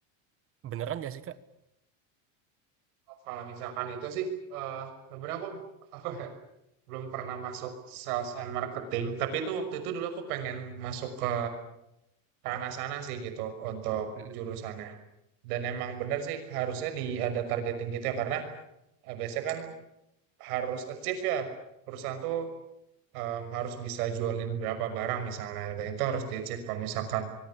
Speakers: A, on the right; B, on the right.
A: Beneran gak sih Kak?
B: Oh, Kalau misalkan itu sih, eh sebenarnya aku <laughs> belum pernah masuk sales and marketing, tapi itu waktu itu dulu aku pengen masuk ke ranah sana sih gitu untuk
A: Mm-mm.
B: jurusannya. Dan emang bener sih harusnya di ada targeting gitu ya karena eh, biasanya kan harus achieve ya perusahaan tuh em, harus bisa jualin berapa barang misalnya dan itu harus di achieve kalau misalkan